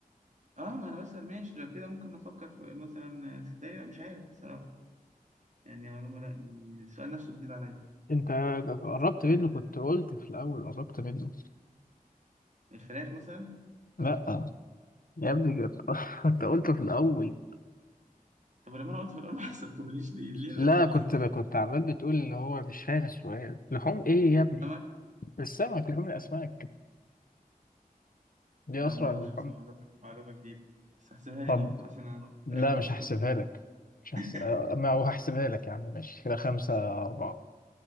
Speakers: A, on the right (about 50°); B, on the left (about 70°).
A: أه ما أنا بسأل ماشي لو كده ممكن نفكر في مثلا صدقني لا مش عارف بصراحة يعني معلومة لا دي السؤال نفسه جديد عليا
B: انت قربت
A: أسرع
B: منه
A: ال-
B: كنت قلت في الاول قربت منه
A: الفراخ مثلا
B: لا يا ابني كنت <laughs> كنت قلته في الاول
A: طب ولما انا قلت في الاول ما حسبتهوليش ليه ليه الرزاله
B: لا كنت كنت عمال بتقول اللي هو مش فاهم السؤال لحوم ايه يا ابني
A: سمك
B: السمك لحوم الاسماك دي
A: انا
B: اسرع
A: ما اعرفش
B: اللحوم
A: بس معلومه معلومه جديده بس هحسبها لي
B: طب
A: نقطه عشان انا
B: لا
A: تعبت وانا
B: مش
A: بفكر
B: هحسبها لك مش هحسب
A: <laughs>
B: ما هو هحسبها لك يا عم ماشي كده خمسة أربعة